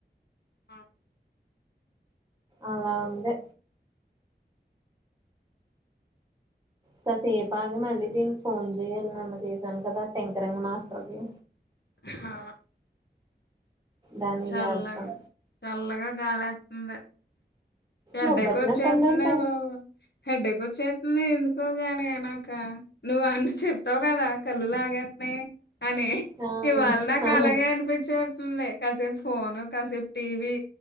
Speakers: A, on the left (about 70°); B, on the right (about 20°).
A: అ
B: అలా ఉంది కాసేపు ఆగే మళ్ళీ దీనికి ఫోన్ చేయాలి నాన్న చేశాను కదా టెంకరంగ్ మాస్టర్కి
A: హ
B: దాన్ని
A: చల్లగా
B: చేద్దాం
A: చల్లగా గాలి ఎతుంది ఎడ్డెక్
B: మొబ్బట్టినట్టుందంటే
A: ఆచ్చేతుందే బాబు హెడ్డక్ ఆచ్చేతుంది ఎందుకో గానీ నాక నువ్వు అన్న చెప్తావు గాదా కళ్ళు లాగేత్తనాయి అనీ
B: ఆ
A: ఇవాళ నాకు
B: ఆహా
A: అలాగే అనిపించేత్దింది కాసేపు ఫోను కాసేపు టీవీ